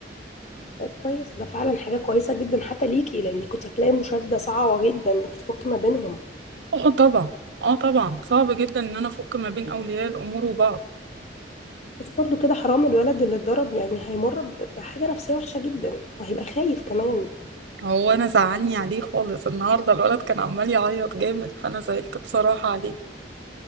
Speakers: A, on the left; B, on the right.
A: طيب كويس ده فعلا حاجة كويسة جدا حتى ليكي لأن كنت هتلاقي مشادة صعبة جدا إنك تفكي ما بينهم
B: اه طبعا اه طبعا صعب جدا ان انا افك ما بين اولياء الامور وبعض
A: بس برضو كده حرام الولد اللي اتضرب يعني هيمر ب- بحاجة نفسية وحشة جدا وهيبقى خايف كمان
B: هو انا زعلني عليه خالص النهارده الولد كان عمال يعيط جامد فانا زعلت بصراحه عليه